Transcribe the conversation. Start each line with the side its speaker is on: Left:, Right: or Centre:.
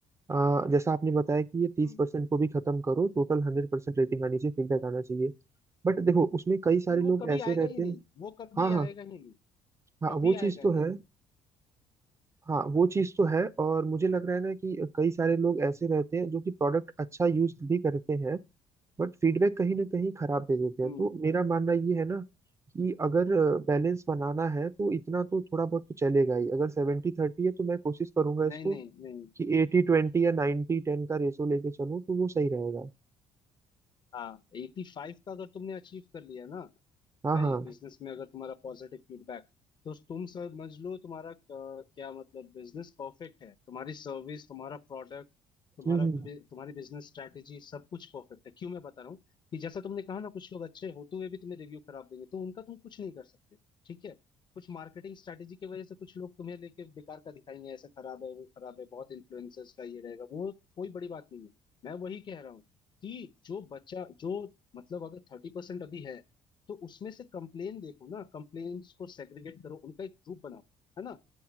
Right: आ,
Left: हम्म,
Right: जैसा आपने बताया कि ये तीस
Left: हम्म।
Right: परसेंट को भी खत्म करो टोटल हंड्रेड परसेंट रेटिंग आनी चाहिए फीडबैक आना चाहिए बट देखो उसमें कई सारे
Left: नहीं वो
Right: लोग
Left: कभी
Right: ऐसे
Left: आएगा
Right: रहते
Left: ही नहीं
Right: हैं
Left: वो कभी
Right: हाँ हाँ
Left: आएगा ही नहीं
Right: हाँ
Left: कभी
Right: वो चीज़
Left: आएगा
Right: तो
Left: नहीं
Right: है हाँ वो चीज़ तो है और मुझे लग रहा है ना कि कई सारे लोग ऐसे रहते हैं जो कि प्रोडक्ट अच्छा यूज भी करते हैं बट फीडबैक कहीं ना कहीं खराब दे देते हैं
Left: हम्म
Right: तो मेरा मानना ये है ना कि अगर बैलेंस बनाना है तो इतना तो थोड़ा बहुत तो चलेगा ही अगर सेवेंटी थर्टी है तो मैं कोशिश करूंगा इसको
Left: नहीं नहीं नहीं
Right: कि एटी ट्वेंटी या नाइन्टी टेन का रेशो लेके चलूँ तो वो सही रहेगा
Left: हाँ एटी फाइव का अगर तुमने अचीव कर लिया ना
Right: हाँ
Left: भाई
Right: हाँ
Left: बिजनेस में अगर तुम्हारा पॉजिटिव फीडबैक तो तुम समझ लो तुम्हारा अ, क्या मतलब बिजनेस परफेक्ट है तुम्हारी सर्विस तुम्हारा प्रोडक्ट तुम्हारा
Right: हम्म
Left: बि- तुम्हारी बिजनेस स्ट्रैटेजी सब कुछ परफेक्ट है क्यों मैं बता रहा हूँ कि जैसा तुमने कहा ना कुछ लोग अच्छे होते हुए भी तुम्हें रिव्यू खराब देंगे तो उनका तुम कुछ नहीं कर सकते ठीक है कुछ मार्केटिंग स्ट्रैटेजी की वजह से कुछ लोग तुम्हें लेके बेकार का दिखाएंगे ऐसा खराब है वो खराब है बहुत इन्फ्लुएंसर्स का ये रहेगा वो कोई बड़ी बात नहीं है मैं वही कह रहा हूँ कि जो बच्चा जो मतलब अगर थर्टी परसेंट अभी है तो उसमें से कंप्लेन देखो ना कंप्लेन्ट्स को सेग्रीगेट करो उनका एक ग्रुप बनाओ है ना